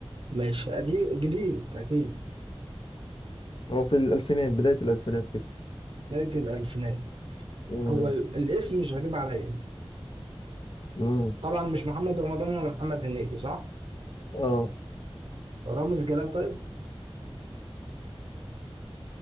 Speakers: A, on the right; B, on the left.
A: ماشي قديم جديد أكيد
B: هو في الألفينات بداية الألفينات كده
A: بداية الألفينات
B: مم.
A: هو ال- الاسم مش غريب عليا
B: مم.
A: طبعا مش محمد رمضان ولا محمد هنيدي صح؟
B: آه
A: رامز جلال طيب؟